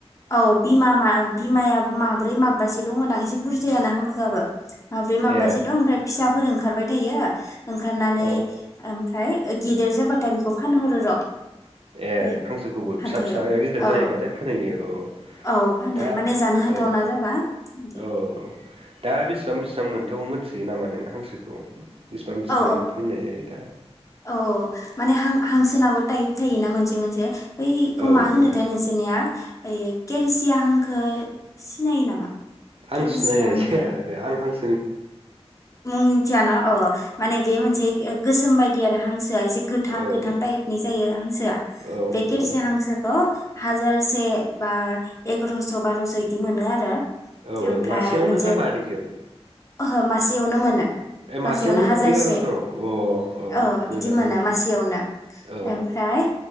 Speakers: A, on the left; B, on the right.
A: औ बिमा मा बिमाया माब्रै माबासो दङदां एसे बुरजायानो हांखोआबो। माब्रै माबासो
B: ए
A: दं ओमफ्राय फिसाफोर ओंखारबाय थायो। ओंखारनानै
B: औ
A: ओमफ्राय गिदिर जाबा खौ फानहरो र
B: ए
A: बे
B: हांसोखौबो
A: हाथायाव
B: फिसा फिसाया गिदिर
A: औ
B: जायोबाथाय फानहैयो औ
A: औ फानो
B: दा
A: माने जानो हाथावना
B: औ
A: जाबा ओंखायनो
B: औ औ दा बेसेबां बेसेबां मोनथाव मोनथियो नामा नों हांसोखौ बिसिबां बिसेबांनि
A: औ
B: फाननाय जायो दा
A: औ अ माने हांखो हांसोनाबो टाइप थायोना मोनसे मोनसे बै खौ
B: औ
A: मा
B: औ
A: होनोथाय नोंसोरनिया ओइ केेरसिया हांखो सिनायो नामा
B: हांसो
A: केेरसिया
B: नायनाय
A: हांखो
B: जायाखै आं हांसो
A: मुं मिथिया न औ माने बे मोनसे गोसोम बायदि आरो हांस- सोआ एसे गोथां
B: ओहो
A: गोथां
B: औ
A: टाइपनि जायो हांसोआ
B: औ
A: बे
B: औ
A: खेरसि हांसोखौ हाजारसे बा एगारस बारस बिदि मोनो आरो
B: औ
A: ओमफ्राय
B: औ मासेयावनो
A: मोनसे
B: ना मानैजों
A: ओहो मासेयावनो मोनो
B: ए
A: मासेयावनो हाजारसे
B: एगार'स' अ औ
A: औ
B: मोजाङानो
A: इदि मोनो मासेयावनो
B: औ
A: ओमफ्राय